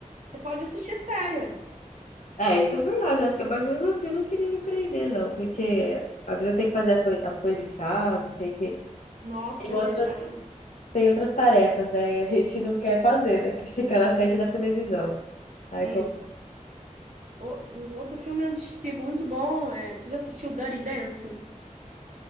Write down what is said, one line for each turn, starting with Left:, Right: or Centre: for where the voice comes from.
Right: você pode assistir sério, ué.
Left: É, isso é verdade, Jéssica, mas mesmo assim eu não queria me prender, não, porque às vezes eu tenho que fazer a coi- as coisas de casa, tem que...
Right: Nossa,
Left: Tem
Right: é
Left: outras,
Right: verdade.
Left: tem outras tarefas, né? E a gente não quer fazer, né? Quer ficar na frente da televisão. Aí
Right: Isso. O, o outro filme antigo, muito bom, é, você já assistiu Dirty Dancing?